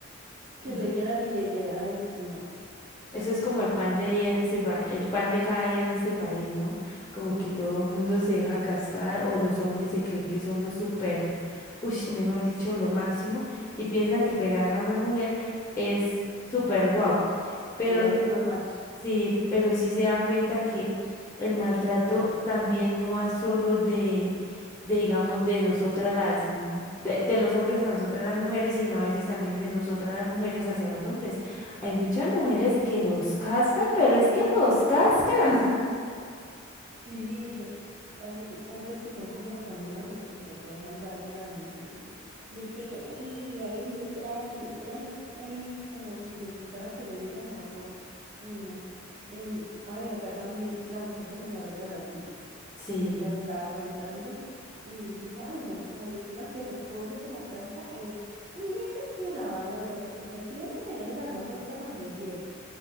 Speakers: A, on the right (about 40°); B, on the left (about 15°).
A: que
B: <laughs>
A: le dieran y le dieran, ay, no,
B: eso es como el pan de día en este pa- el pan de cada día en este país, ¿no? Como
A: uy,
B: que todo
A: sí,
B: el mundo se deja cascar o los hombres se creen que son los super, uy, mejor dicho, lo máximo y piensan que pegarle a una mujer es súper guau,
A: lo-
B: pero
A: sí, los
B: no,
A: hace más machos.
B: sí, pero sí se da cuenta que el maltrato también no va solo de de, digamos, de nosotras las, mm, de, de los hombres a nosotras las mujeres, sino a veces también de nosotras las mujeres hacia los hombres. Hay muchas mujeres que los cascan, pero es que los cascan. <laughs>
A: Sí, Hay hombres que son como también masoquistas, se dejan dar de las mujeres y, y ahí siguen ahí, ahí detrás y detrás, ahí como si les gustara que le dieran a por, uy no. En, ay, acá también la muchacha que me arregla las uñas,
B: Sí.
A: un día me estaba contando y dijo, ay no, como yo soy la que respondo por la casa, él tiene que lavar la loza, me tiene que tener el almuerzo ahorita cuando llegue,